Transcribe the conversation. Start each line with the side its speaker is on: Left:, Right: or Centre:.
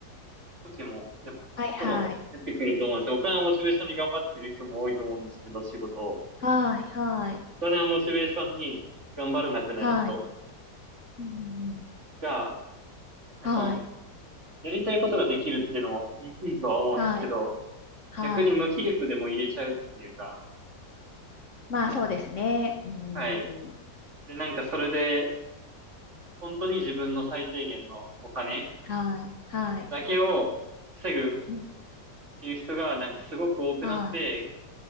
Right: 時も、やっぱ人も出てくると思うんですよ。
Left: はい。はい。
Right: お金をモチベーションに頑張ってる人も多いと思うんですけど、仕事を。
Left: はい。はい。
Right: お金をモチベーションに頑張らなくなる人
Left: はい。うんうん
Right: が、まあ、
Left: うん。
Right: その、
Left: はい。
Right: やりたいことができるっていうのもいい、いいとは思うんですけど、
Left: はい。はい。
Right: 逆に無気力でも入れちゃうっていうか、
Left: まあそうですね。うん。
Right: はい。で、なんかそれで、本当に自分の最低限のお金
Left: はい。はい。
Right: だけを防ぐっ
Left: うん。
Right: ていう人がなんかすごく多くなって、
Left: はい。